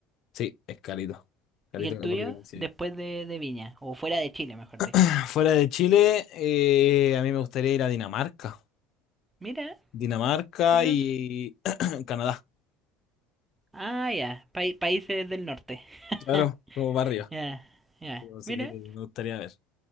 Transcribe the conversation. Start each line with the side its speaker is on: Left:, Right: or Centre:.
Left: Sí, es carito. Carito
Right: ¿Y el tuyo?
Left: por lo que me decíais.
Right: Después de, de Viña, o fuera de Chile, mejor dicho.
Left: <clears throat> Fuera de Chile, eh, a mí me gustaría ir a Dinamarca.
Right: Mira,
Left: Dinamarca
Right: curioso.
Left: y <clears throat> Canadá.
Right: Ah, ya, Pai- países del norte. <laughs>
Left: Claro, como barrio.
Right: Ya, ya.
Left: Pero Así
Right: Mira,
Left: que me gustaría ver.